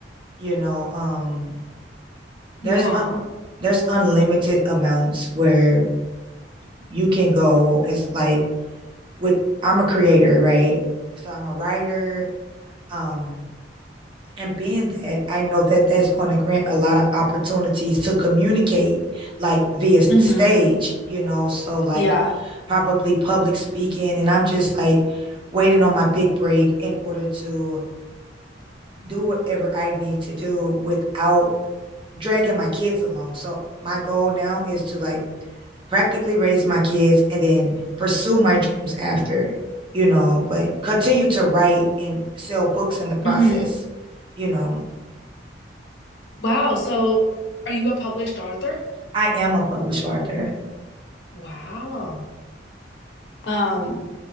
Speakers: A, on the right (about 30°); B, on the left (about 70°).
A: You know, um there's
B: Yeah.
A: a there's unlimited amounts where you can go. It's like with I'm a creator, right? So I'm a writer, um And being that, I know that that's going to grant a lot of opportunities to communicate, like via stage,
B: hmm
A: you know, so like
B: Yeah.
A: probably public speaking. And I'm just like waiting on my big break in order to do whatever I need to do without dragging my kids along. So my goal now is to like practically raise my kids and then pursue my dreams after, you know, but continue to write and sell books in the process,
B: hmm
A: you know.
B: Wow. So are you a published author?
A: I am a published author.
B: Wow. Um,